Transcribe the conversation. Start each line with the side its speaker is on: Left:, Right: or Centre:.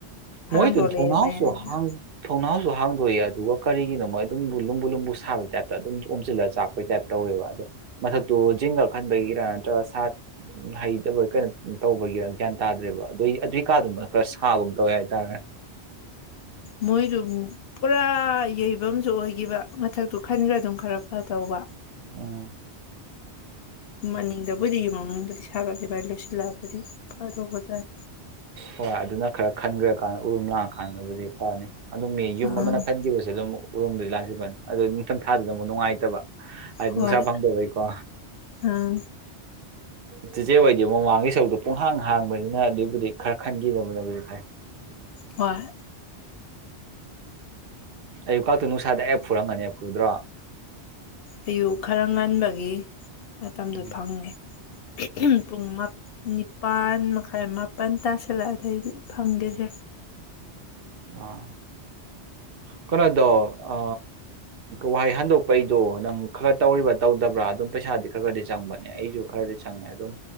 Left: ꯊꯥꯡꯗꯣꯛꯂꯛꯑꯦ
Right: ꯃꯣꯏ ꯊꯧꯅꯥꯎꯁꯨ
Left: ꯃꯌꯥꯏꯗ
Right: ꯍ ꯊꯧꯅꯥꯎ ꯁꯨ ꯍꯥꯡꯗꯣꯛꯑ ꯑꯗꯨꯒ ꯀꯔꯤꯒꯤꯅꯣ ꯃꯣꯏ ꯑꯗꯨꯝ ꯂꯨꯝꯕꯨ ꯂꯨꯝꯕꯨ ꯁꯥꯕꯒꯤ ꯇꯥꯏꯞꯇ ꯑꯗꯨꯝ ꯑꯣꯝꯁꯤꯜꯂꯒ ꯆꯥꯛꯄꯩ ꯇꯥꯏꯞ ꯇꯧꯋꯦꯕ ꯑꯗꯣ ꯃꯊꯛꯇꯣ ꯖꯤꯡꯒꯔ ꯈꯟꯕꯒꯤꯔ ꯅꯠꯇ꯭ꯔꯒ ꯁꯥ ꯍꯩꯇꯕ ꯀꯩꯅꯣ ꯇꯧꯕꯒꯤꯔꯥ ꯒ꯭ꯌꯥꯟ ꯇꯥꯗ꯭ꯔꯦꯕ ꯑꯗꯨ ꯑꯗꯨꯏ ꯀꯥꯗꯨ ꯈꯔ ꯁꯥꯒꯨꯝ ꯇꯧꯋꯦ ꯍꯥꯏ ꯇꯥꯔꯦ
Left: ꯃꯣꯏꯗꯨ ꯄꯨꯔꯥ ꯌꯩꯕ ꯑꯃꯁꯨ ꯑꯣꯏꯒꯤꯈꯤꯕ ꯃꯊꯛꯇꯨ ꯈꯟꯈ꯭ꯔ ꯑꯗꯨꯝ ꯈꯔ ꯐꯗꯧꯕ
Right: ꯎꯝ
Left: ꯃꯅꯤꯡꯗꯕꯨꯗꯤꯒꯤ ꯃꯃꯡꯕꯨꯗꯤ ꯁꯥꯒꯠꯂꯤꯃꯥꯏꯅ ꯂꯣꯏꯁꯤꯜꯂꯛꯑꯒꯗꯤ ꯐꯗꯧꯕꯖꯥꯔꯦ
Right: ꯍꯣꯏ ꯑꯗꯨꯅ ꯈꯔ ꯈꯟꯈ꯭ꯔꯀꯥꯟꯗ ꯎꯔ ꯂꯥꯡꯉꯀꯥꯟꯗꯕꯨꯗꯤ ꯐꯅꯤ ꯑꯗꯨꯝ ꯃꯤ ꯌꯨꯝ
Left: ꯑꯥ
Right: ꯑꯃꯅ ꯈꯟꯈꯤꯕꯁꯦ ꯑꯗꯨꯝ ꯎꯔꯣꯝꯗꯗꯤ ꯂꯥꯛꯁꯤ ꯐꯅꯤ ꯑꯗꯨꯗ ꯊꯪ ꯊꯥꯗ ꯑꯃꯨꯛ ꯅꯨꯡꯉꯥꯏꯇꯕ ꯑ
Left: ꯍꯣꯏ
Right: ꯅꯨꯡꯁꯥ ꯐꯪꯗꯏꯀꯣ
Left: ꯑꯪ
Right: ꯆꯤꯆꯦ ꯑꯣꯏꯗꯦ ꯃꯃꯥꯡꯒꯤ ꯁꯔꯛꯇꯣ ꯄꯨꯡꯍꯥꯡ ꯍꯥꯡꯕꯅꯤꯅ ꯑꯗꯨꯏꯕꯨꯗꯤ ꯈꯔ ꯈꯟꯈꯤꯗꯕꯅꯕꯤ ꯚꯥꯏ
Left: ꯍꯣꯏ
Right: ꯑꯌꯨꯛꯀꯛꯇꯨ ꯅꯨꯡꯁꯥꯗ ꯑꯦꯞ ꯐꯨꯔꯝꯒꯅꯦ ꯐꯨꯗ꯭ꯔꯣ
Left: ꯑꯌꯨꯛ ꯈꯔ ꯉꯟꯕꯒꯤ ꯃꯇꯝꯗꯨ
Right: ꯎꯝ
Left: ꯐꯪꯉꯦ ꯍ ꯄꯨꯡ ꯃꯥꯅꯤ ꯅꯤꯄꯥꯥꯟ ꯃꯈꯥꯏ ꯃꯥꯄꯜ ꯇꯁꯤꯜꯂꯛ ꯑꯗꯩꯗꯤ ꯐꯪꯈꯤꯁ꯭ꯔꯦ
Right: ꯑꯥ ꯀꯩꯅꯣꯗꯣ ꯑ ꯋꯥꯍꯩ ꯍꯟꯗꯣꯛꯄꯩꯗꯣ ꯅꯪ ꯈꯔ ꯇꯧꯔꯤꯕ ꯇꯧꯗꯕ꯭ꯔꯥ ꯑꯗꯨꯝ ꯄꯩꯁꯥꯗꯤ ꯈꯔ ꯈꯔꯗꯤ ꯆꯪꯕꯅꯤ ꯑꯩꯁꯨ ꯈꯔꯗꯤ ꯆꯪꯉꯦ ꯑꯗꯨꯝ